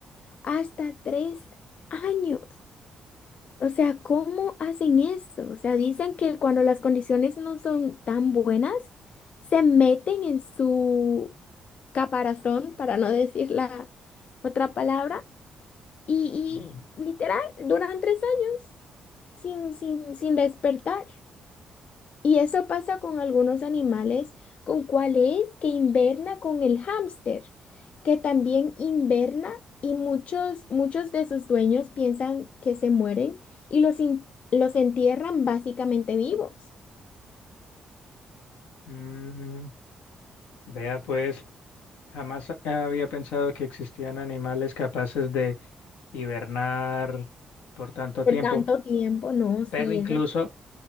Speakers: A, on the left (about 55°); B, on the left (about 75°).
A: hasta tres años. O sea, ¿cómo hacen eso? O sea, dicen que cuando las condiciones no son tan buenas, se meten en su caparazón, para no decir la otra palabra y,
B: Ujú.
A: y literal, duran tres años sin, sin, sin despertar. Y eso pasa con algunos animales, con cuál es que inverna con el hámster, que también inverna y muchos, muchos de sus dueños piensan que se mueren y los, in- los entierran básicamente vivos.
B: Mm, Vea pues, jamás había pensado que existían animales capaces de hibernar por tanto
A: Por
B: tiempo,
A: tanto tiempo, no, sí,
B: pero incluso
A: eso